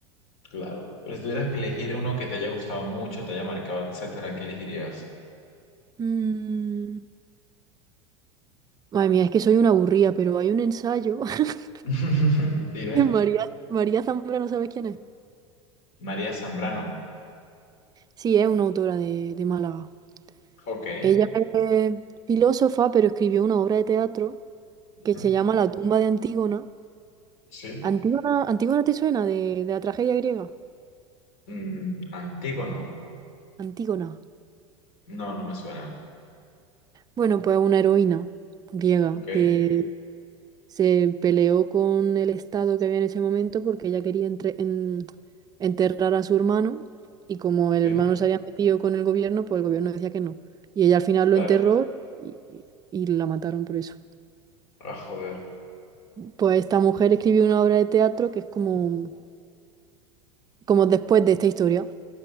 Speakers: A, on the left (about 60°); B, on the right (about 25°).
A: claro. Pero si tuvieras que elegir uno que te haya gustado mucho, te haya marcado, etcétera, ¿qué elegirías?
B: Mm, Madre mía, es que soy una aburrida, pero hay un ensayo <laughs>
A: <laughs> Dime,
B: de María, María Zambrano, ¿sabes quién es?
A: María Zambrano.
B: Sí, es una autora de, de Málaga.
A: Ok.
B: Ella es filósofa, pero escribió una obra de teatro
A: ujú,
B: que se llama La tumba de Antígona.
A: Sí.
B: ¿Antígona, Antígona te suena de, de la tragedia griega?
A: Mm, Antígono.
B: Antígona.
A: No, no me suena.
B: Bueno, pues una heroína griega
A: Ok.
B: que se peleó con el Estado que había en ese momento porque ella quería entre- en- enterrar a su hermano y como el
A: Sí,
B: hermano se había metido con el gobierno, pues el gobierno decía que no. Y ella al final
A: claro.
B: lo enterró y, y- y la mataron por eso.
A: Ah, joder.
B: Pues esta mujer escribió una obra de teatro que es como, como después de esta historia,